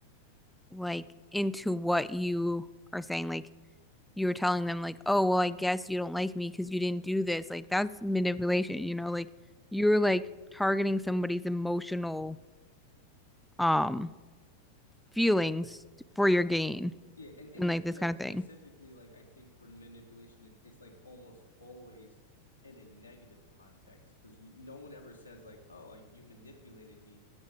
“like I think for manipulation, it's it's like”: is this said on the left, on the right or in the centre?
Left